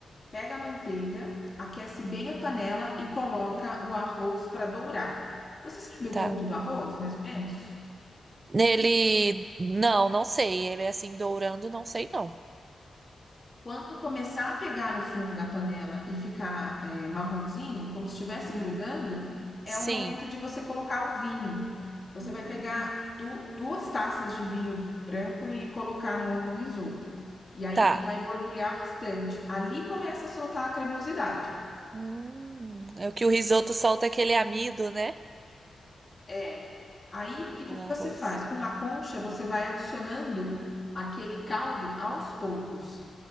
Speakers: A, on the left; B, on the right.
A: Pega a manteiga, aquece bem a panela e coloca o arroz para dourar. Você sabe o
B: Tá.
A: ponto do arroz, mais ou menos?
B: Ele. Não, não sei. Ele é assim, dourando, não sei não.
A: Quando começar a pegar no fundo da panela e ficar, eh, marronzinho, como se estivesse
B: Hum.
A: grudando, é
B: Sim.
A: o momento de você colocar o vinho. Você
B: Hum.
A: vai pegar du duas taças de vinho branco e colocar no no risoto. E aí
B: Tá.
A: ele vai borbulhar bastante. Ali começa a soltar a cremosidade.
B: Hum. É o que o risoto solta aquele amido, né?
A: É. Aí o que
B: O
A: que
B: arroz.
A: você faz? Com uma concha, você vai adicionando aquele caldo aos poucos,